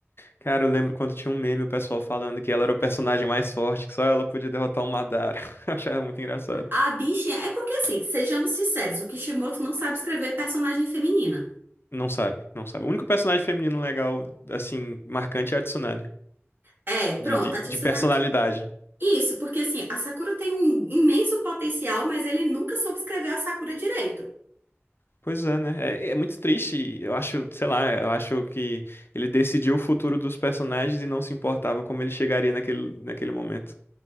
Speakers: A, on the left (about 55°); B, on the right (about 50°).
A: Cara, eu lembro quando tinha um meme, o pessoal falando que ela era o personagem mais forte, que só ela podia derrotar o Madara. <laughs> Eu Achava muito engraçado.
B: A bichinha. É porque, assim, sejamos sinceros, o Kishimoto não sabe escrever personagem feminina.
A: Não sabe, não sabe. O único personagem feminino legal, assim, marcante é a Tsunade,
B: É, pronto,
A: de, de,
B: a
A: de
B: Tsunade.
A: personalidade.
B: Isso, porque, assim, a Sakura tem um imenso potencial, mas ele nunca soube escrever a Sakura direito.
A: Pois é, né? É, é muito triste. e Eu acho, sei lá, eu acho que ele decidiu o futuro dos personagens e não se importava como ele chegaria naquele, naquele momento.